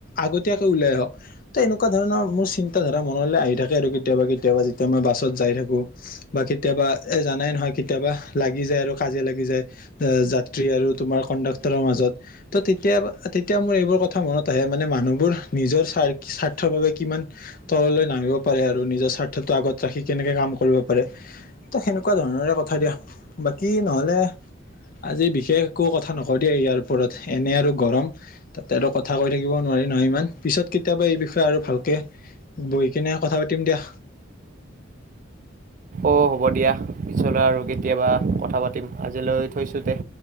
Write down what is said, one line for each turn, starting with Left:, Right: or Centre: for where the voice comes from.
Left: আগতীয়াকে ওলাই আহক। তে এনেকুৱা ধৰণৰ মোৰ চিন্তা ধাৰা মনলৈ আহি থাকে আৰু কেতিয়াবা কেতিয়াবা যেতিয়া মই বাছত যাই থাকোঁ। বা কেতিয়াবা এ জানাই নহয় কেতিয়াবা লাগি যায় আৰু কাজিয়া লাগি যায়। যাত্ৰী আৰু তোমাৰ কণ্ডাক্টৰৰ মাজত ত তেতিয়া, তেতিয়া মোৰ এইবোৰ কথা মনত আহে মানে মানুহবোৰ নিজৰ স্বাৰ স্বাৰ্থৰ বাবে কিমান- তললৈ নামিব পাৰে আৰু নিজৰ স্বাৰ্থটো আগত ৰাখি কেনেকে কাম কৰিব পাৰে। তো সেনেকুৱা ধৰণৰে কথা দিয়া, বাকী নহ'লে- আজি বিশেষ একো কথা নকও দিয়া ইয়াৰ ওপৰত, এনে আৰু গৰম তাতে আৰু- কথা কৈ থাকিব নোৱাৰি নহয় ইমান, পিছত কেতিয়াবা এই বিষয়ে আৰু ভালকৈ বহি কিনে কথা পাতিম দিয়া।
Right: অ', হ'ব দিয়া, পিছলৈ আৰু কেতিয়াবা কথা পাতিম আজিলৈ থৈছোঁতে।